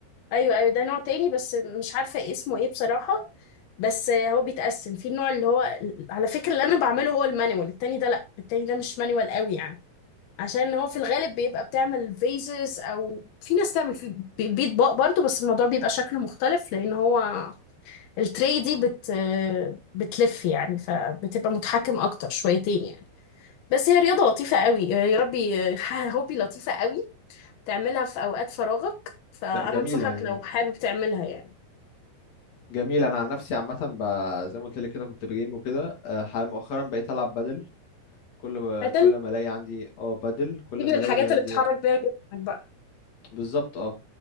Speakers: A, on the left (about 70°); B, on the left (about 45°).
A: أيوه أيوه ده نوع تاني بس مش عارفة اسمه إيه بصراحة بس هو بيتقسم في النوع اللي هو على فكرة اللي أنا بعمله هو المانيوال التاني ده لأ التاني ده مش مانيوال قوي يعني عشان هو في الغالب بيبقى بتعمل فيزز او في ناس تعمل في بي- بيطباق برضو بس الموضوع بيبقى شكله مختلف لان هو التري دي بت بتلف يعني فبتبقى متحكم اكتر شويتين يعني بس هي رياضة لطيفة قوي يا ربي <laughs> هوبي لطيفة قوي تعملها في أوقات فراغك فأنا
B: لا جميلة
A: أنصحك
B: يعني
A: لو حابب تعملها يعني
B: جميلة أنا عن نفسي عامة ب... زي ما قلت لك كده كنت بجيم وكده آه، حال- مؤخرا بقيت ألعب بادل كل ب...
A: بدل
B: كل ما ألاقي عندي اه بادل كل
A: دي من
B: ما
A: الحاجات
B: ألاقي عندي
A: اللي بتحرك بيها جسمك بقى
B: بالظبط اه